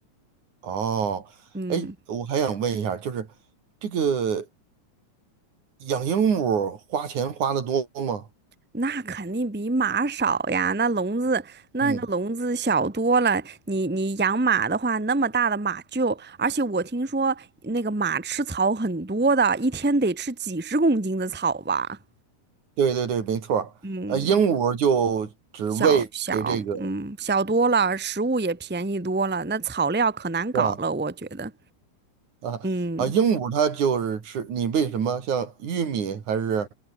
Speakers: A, on the right; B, in the centre.
A: 哦，
B: 嗯。
A: 哎，我还想问一下，就是这个。养鹦鹉花钱花的多吗？
B: 那肯定比马少呀，那笼子那个笼子小多了。
A: 嗯，
B: 你你养马的话，那么大的马厩，而且我听说那个马吃草很多的，一天得吃几十公斤的草吧。
A: 对对对，没错儿呃，
B: 嗯，
A: 鹦鹉就只喂这个，
B: 小小嗯小多了，食物也便宜多了，那草料可难搞了，
A: 是吧？
B: 我觉得。
A: 啊啊，
B: 嗯。
A: 鹦鹉它就是吃你喂什么？像玉米还是